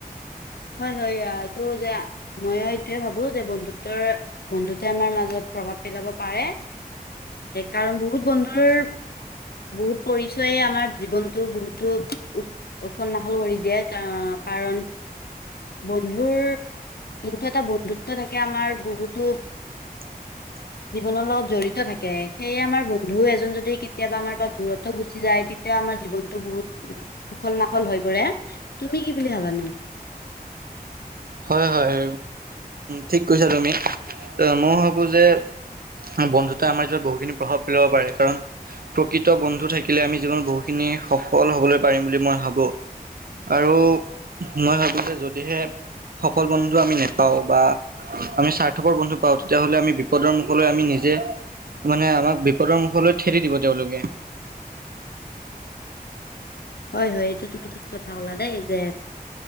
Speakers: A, on the left; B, on the right.
A: সেয়াটো যে ময়ো এইটয়ে ভাবো যে বন্ধুত্বৰ বন্ধু্বে আমাৰ মাজত প্ৰভাৱ পেলাব পাৰে। কাৰণ বহুত বন্ধুৰ। বহুত পৰিচয়ে আমাৰ জীৱনতটো বহুতো উ উখল মাখল কৰি দিয়ে কাৰণ কাৰণ, বন্ধুৰ যোনটো এটা বন্ধুত্ব থাকে আমাৰ বহুতো।
B: <unintelligible>
A: জীৱনৰ লগত জড়িত থাকে সেয়ে আমাৰ বন্ধু এজন যদি কেতিয়াবা আমাৰ পৰা দূৰত্ব গুচি যায় তেতিয়া। আমাৰ জীৱনতটো বহুত উখল মাখল হৈ পৰে তুমি কি বুলি ভাবানো।
B: হয় হয় ঠিক কৈছা তুমি মই ভাবো যে বন্ধুতে আমাৰ জিৱত বহুখিনি প্ৰভাৱ পেলাব পাৰে কাৰণ প্ৰকৃত বন্ধু থাকিলে আমি জীৱনত বহুতখিনি। সফল হবলৈ পাৰিম বুলি মই ভাবো। আৰু মই ভাবো যে যদিহে। সফল বন্ধু আমি নেপাওঁ বা আমি স্বাৰ্থপকৰ বন্ধু পাওঁ তেতিয়াাহলে আমি বিপদৰ মুখলৈ আমি নিজে। মানে আমাক বিপদৰ মুখলৈ ঠেদি দিব তেওঁলোকে।
A: হয় হয় এইটো তুমি ঠিক কথা হলা দেই যে।